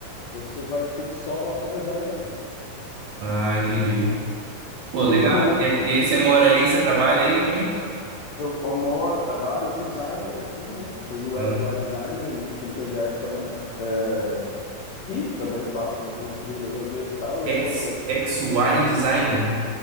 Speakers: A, on the left; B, on the right.
A: você vai ter sol até as 10 da noite,
B: Ah, entendi. Pô,
A: o que
B: legal.
A: é bom.
B: E aí e aí você mora aí, você trabalha aí também?
A: Eu, eu moro, trabalho, eu sou designer aqui, né? Sou UX,
B: Ah.
A: UI designer e, e diretor de arte também. É, E também faço alguns freelas às vezes e tal, e
B: X,
A: aí rolou esse
B: X
A: freela.
B: Y Designer.